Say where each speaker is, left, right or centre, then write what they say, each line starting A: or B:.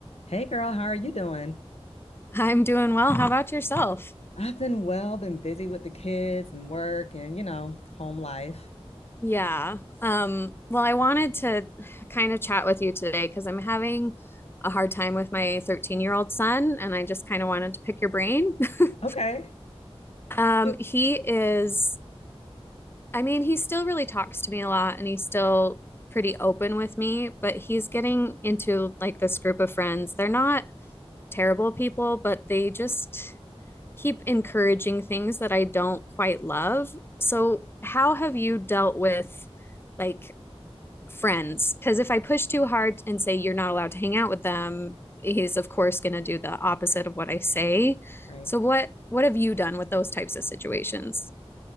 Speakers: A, on the left; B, on the left.
A: Hey girl, how are you doing?
B: I'm doing well. How about yourself?
A: I've been well, been busy with the kids and work and, you know, home life.
B: Yeah. Um, well, I wanted to kind of chat with you today because I'm having a hard time with my 13 year old son, and I just kind of wanted to pick your brain. <laughs>
A: Okay.
B: Um,
A: Hey,
B: he is, I mean, he still really talks to me a lot and he's still pretty open with me, but he's getting into like this group of friends. They're not terrible people, but they just, keep encouraging things that I don't quite love. So, how have you dealt with like friends? Because if I push too hard and say you're not allowed to hang out with them, he's of course going to do the opposite of what I say.
A: Right.
B: So, what what have you done with those types of situations?